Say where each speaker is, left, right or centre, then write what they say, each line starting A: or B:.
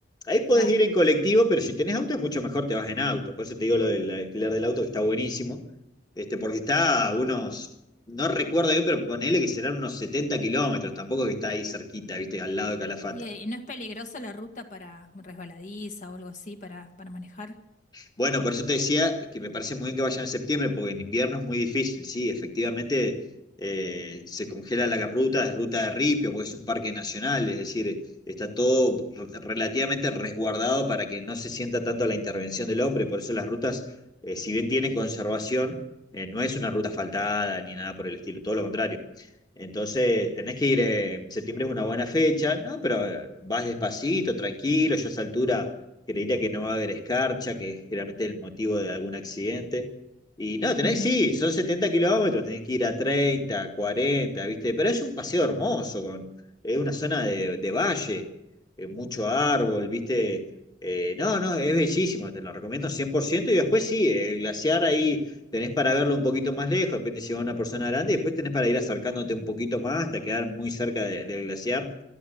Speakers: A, on the left; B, on the left.
A: Ahí podés
B: claro.
A: ir en colectivo, pero si tenés auto es mucho mejor, te vas en auto. Por eso te digo lo del alquiler del auto, que está buenísimo, este, porque está a unos, no recuerdo bien, pero ponele que serán unos 70 kilómetros, tampoco es que está ahí cerquita, viste, al lado de Calafate.
B: ¿Y eh, no es peligrosa la ruta para resbaladiza o algo así para, para manejar?
A: Bueno, por eso te decía que me parece muy bien que vayan en septiembre, porque en invierno es muy difícil, sí, efectivamente eh, se congela la ruta, es ruta de ripio, porque es un parque nacional, es decir, está todo re- relativamente resguardado para que no se sienta tanto la intervención del hombre, por eso las rutas, eh, si bien tienen conservación, eh, no es una ruta asfaltada ni nada por el estilo, todo lo contrario. Entonces, tenés que ir, eh, septiembre es una buena fecha, ¿no? Pero eh, vas despacito, tranquilo, yo a esa altura creería que no va a haber escarcha, que es generalmente el motivo de algún accidente. Y no, tenés,
B: Ujú,
A: sí, son 70 kilómetros, tenés que ir a 30, 40, ¿viste? Pero es un paseo hermoso, con, es una zona de, de valle, eh, mucho árbol, ¿viste? Eh, no, no, es bellísimo, te lo recomiendo cien por ciento Y después sí, el glaciar ahí tenés para verlo un poquito más lejos, de repente si va una persona grande, y después tenés para ir acercándote un poquito más hasta quedar muy cerca de- del glaciar